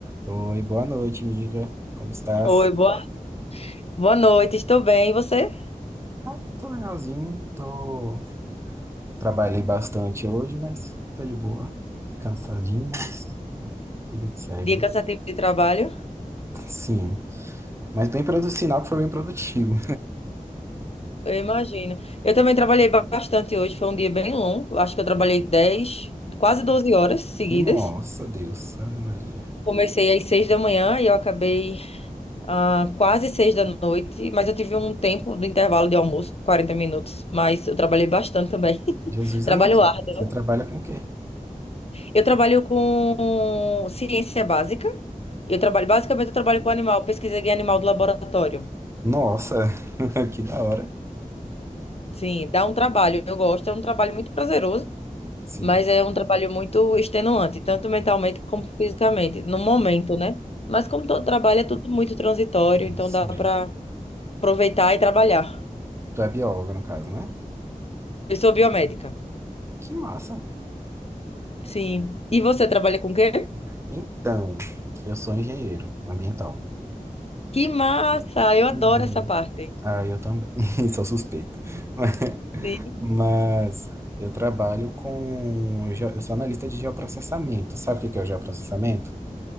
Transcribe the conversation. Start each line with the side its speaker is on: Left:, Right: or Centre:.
Right: Oi, boa noite, amiga. Como estás?
Left: Oi, boa, boa noite, estou bem. E você?
Right: Ah, tô legalzinho, tô... Trabalhei bastante hoje, mas tô de boa. Cansadinho, mas vida que segue.
Left: Dia cansativo de trabalho?
Right: Sim, mas bem produtivo, sinal que foi bem produtivo.
Left: Eu imagino. Eu também trabalhei ba- bastante hoje, foi um dia bem longo. Acho que eu trabalhei 10, quase 12 horas seguidas.
Right: <laughs> Nossa, Deus, Ave Maria.
Left: Comecei às 6 da manhã e eu acabei ah, quase 6 da noite, mas eu tive um tempo do intervalo de almoço, 40 minutos, mas eu trabalhei bastante também. <laughs>
Right: Jesus
Left: Trabalho
Right: amado,
Left: árduo.
Right: você trabalha com o quê?
Left: Eu trabalho com ciência básica. Eu trabalho, basicamente, eu trabalho com animal, pesquisa de animal do laboratório.
Right: Nossa, <laughs> que da hora.
Left: Sim, dá um trabalho. Eu gosto, é um trabalho muito prazeroso,
Right: Sim,
Left: mas é um trabalho muito extenuante, tanto mentalmente como fisicamente, no momento, né? Mas como todo trabalho é tudo muito transitório, então
Right: sim.
Left: dá para aproveitar e trabalhar.
Right: Tu é bióloga, no caso, né?
Left: Eu sou biomédica.
Right: Que massa.
Left: Sim. E você trabalha com o quê?
Right: Então, eu sou engenheiro ambiental.
Left: Que massa! Eu adoro
Right: Uhum.
Left: essa parte.
Right: Ah, eu também, <laughs> sou suspeito. <laughs>
Left: Sim,
Right: Mas eu trabalho com. geo- Eu sou analista de geoprocessamento. Sabe o que que é o geoprocessamento?